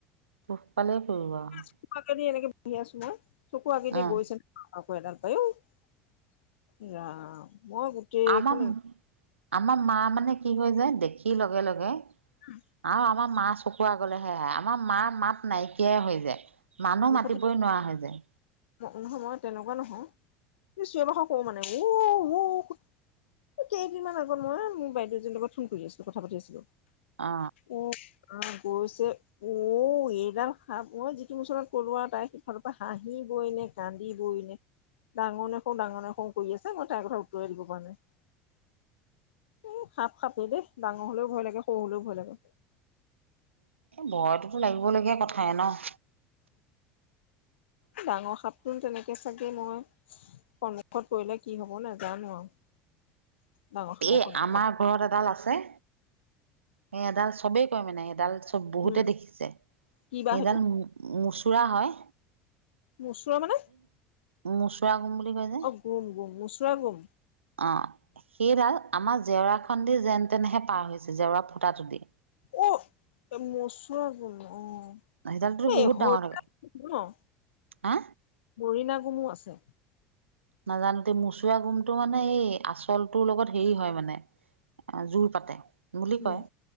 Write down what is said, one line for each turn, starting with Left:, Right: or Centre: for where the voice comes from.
Right: দুখ পালেই কৰিব আউ।
Left: কৰবাত যদি এনেকে বহি আছো মই, চকুৰ আগেদি
Right: উম
Left: গৈছে নে, আকৌ এদাল এই। এ, ৰাম। মই গোটেইখন
Right: আমাম আমাৰ মা মানে কি হৈ যে দেখি লগে লগে,
Left: হম
Right: আৰু আমাৰ মা চকুৰ আগলেহে আহে, আমাৰ মা মাত নাইকিয়াই হৈ যায়। মানুহ
Left: মুখতে
Right: মাতিবই নোৱাৰা হৈ যায়।
Left: নহয় মই তেনেকুৱা নহয় চিঞৰ বাখৰ কৰো মানে উ উ, কেইদিনমান আগত মই মোৰ বাইদেউ এজনীৰ লগত ফোন কৰি আছিলো কথা পাতি আছিলো।
Right: অ
Left: ও আ গৈছে ঔ এইডাল সাপ অ যিটো মুচনত কলো আৰু তাইৰ সিফালৰ পৰা হাঁহি, বও এনে কান্দিবই নে ডাঙৰ নাফু ডাঙৰ নাফু কৰি আছে, মই তাইৰ কথা উত্তৰেই দিব পৰা নাই। এহ সাপ খাপেই দেই, ডাঙৰ হলেও ভয় লাগে সৰু হলেও ভয় লাগে।
Right: ভয়টোতো লাগিবলগীয়া কথাই নহয়।
Left: ডাঙৰ সাপটো তেনেকে হে চাগে মই, সন্মুখত পৰিলে কি হব নেজানো আৰু ডাঙৰ সাপৰ
Right: এই
Left: সন্মুখত
Right: আমাৰ ঘৰত এডাল আছে। সেই এডাল চবেই কয় মানে এডাল বহুতে
Left: উম
Right: দেখিছে,
Left: কি বা
Right: সেইডাল
Left: সেইটো
Right: মুচুৰা হয়।
Left: মুচুৰা মানে
Right: মুচুৰাম বুলি কয় যে
Left: অহ গুম গুম, মচুৰা গুম
Right: অ সেইডাল, আমাৰ জেওৰা খন দি যেন তেনহে পাৰ হৈছে, জেওৰা ফুটাটো দি
Left: অ মচুৰাম গুম অহ
Right: সেইডালতো
Left: এই
Right: বহুত
Left: হৰিণা
Right: ডাঙৰ থাকে
Left: নহ,
Right: হা
Left: হৰিণা গুমো আছে।
Right: নাজানো দেই মোচোৱাম গুমটো মানে এই, আচলটোৰ লগত হেৰি হয় মানে অহ, জোৰ পাতে বুলি কয়
Left: উম,